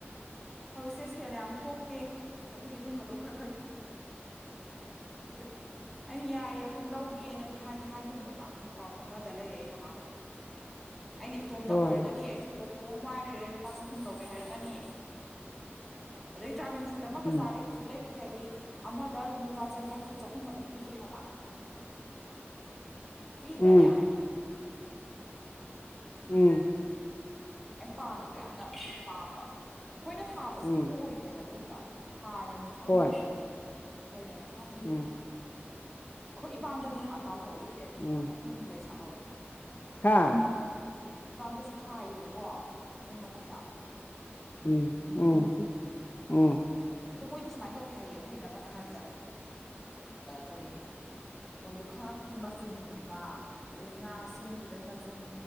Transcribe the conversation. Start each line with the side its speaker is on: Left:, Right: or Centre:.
Centre: ꯍꯧꯖꯤꯛꯁꯦ ꯁꯦꯜ ꯌꯥꯝ ꯊꯣꯛꯇꯦ ꯑꯗꯨꯒꯤ ꯑꯗꯨꯝꯕꯗꯣ ꯈꯔ ꯈꯔ꯫ <unintelligible> ꯑꯩꯅ ꯌꯥꯏꯌꯦ ꯑꯩꯈꯣꯏ ꯂꯧꯒꯦꯅꯗꯤ ꯍꯥꯏꯗꯤ ꯍꯥꯏꯈꯤꯕꯅꯦꯕ ꯑꯗꯨ ꯄꯥꯎ ꯐꯥꯎꯅꯗ ꯂꯩꯔꯦꯑꯩꯒ ꯃꯥꯒ꯫ ꯑꯩꯅ ꯏꯇꯣꯝꯇ
Left: ꯍꯣꯏ
Centre: ꯑꯣꯏꯔꯒꯗꯤ
Left: ꯍꯣꯏ
Centre: ꯑꯩꯁꯨ꯫ ꯇꯣ ꯋꯥꯏꯔꯦ ꯂꯨꯄꯥ ꯆꯍꯨꯝ ꯂꯧꯒꯦ ꯍꯥꯏꯔꯛꯀꯅꯤ ꯑꯗꯩ ꯗ꯭ꯔꯥꯒꯟ꯫ ꯐꯨ꯭ꯔꯠ ꯑꯃ
Left: ꯎꯝ
Centre: ꯕꯖꯥꯔꯗꯩ ꯍꯧꯖꯤꯛ ꯂꯩꯔꯨꯒꯦ ꯍꯥꯏꯗꯤ ꯑꯃꯗ ꯑꯗꯨꯝ ꯂꯨ꯫ ꯆꯅꯤꯌꯥꯡꯈꯩ ꯆꯍꯨꯝ ꯑꯗꯨꯝ ꯄꯤ ꯍꯥꯏꯕ ꯀꯤꯗ꯭ꯔꯅꯦ
Left: ꯎꯝ ꯎꯝ
Centre: ꯑ ꯄꯥꯟꯕꯗꯣ ꯌꯥꯝꯅ ꯄꯥꯝꯕ ꯑꯩꯈꯣꯏꯅ ꯊꯥꯕꯁꯤꯗꯤ
Left: ꯎꯝ
Centre: ꯑꯣꯏꯗꯦ ꯍꯥꯏꯕ ꯍꯦꯛꯇ ꯍꯥꯔꯅꯅꯤ ꯈꯪꯗꯦ
Left: ꯍꯣꯏ
Centre: ꯀꯩꯅꯅꯣ ꯈꯪꯗꯦꯅꯤ
Left: ꯎꯝ
Centre: ꯑꯩꯈꯣꯏ ꯏꯄꯥꯝꯗꯗꯤ ꯅ ꯄꯥꯜꯍꯧꯔꯛ
Left: ꯎꯝ
Centre: ꯑꯍꯨꯝ ꯂꯩ ꯁꯥꯠꯍꯧ
Left: ꯍꯥ
Centre: ꯏꯄꯥꯝꯗꯁꯨ ꯊꯥꯏꯌꯦꯕꯀꯣ ꯌꯨꯝ ꯃꯊꯛꯇ
Left: ꯎꯝ ꯎꯝ ꯎꯝ
Centre: ꯑꯗ ꯃꯣꯏꯗꯤ ꯇꯧꯏ ꯍꯥꯏꯌꯦ ꯑꯩꯈꯣꯏꯅ ꯑꯃꯅ ꯍꯥꯏꯕꯗ ꯀꯔꯤ ꯃ ꯂꯨꯈꯥꯛ ꯀꯤ ꯃꯆꯨꯝꯒꯨꯝꯕ ꯑꯗꯩ ꯉꯥ ꯁꯦꯝꯈꯤꯕꯒꯤ ꯃꯆꯨꯝ